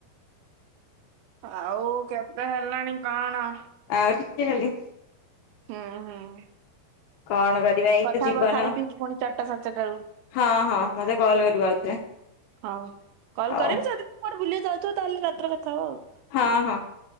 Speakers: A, on the right; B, on the left.
A: ଆଉ କେବେ ହେଲାଣି କଣ?
B: ଆ ଟିକେ ହେଲଦି।
A: ହୁଁ ହୁଁ
B: କଣ କରିବା ଏଇତ
A: କଥା
B: ଜୀବନ
A: ହବା ଖାଇ ପିଇକି ପୁଣି ଚାରିଟା ସାଢେ ଚାରିଟା ବଳୁ।
B: ହଁ ହଁ ମତେ କଲ କରିବ ଆଉଥରେ।
A: ହଁ କଲ
B: ହଉ
A: କରିବି ଯଦି <unintelligible> ବୁଲିବାକୁ ଯାଉଥିବ ତାହେଲେ ରାତିରେ କଥା ହବା ଆଉ।
B: ହଁ ହଁ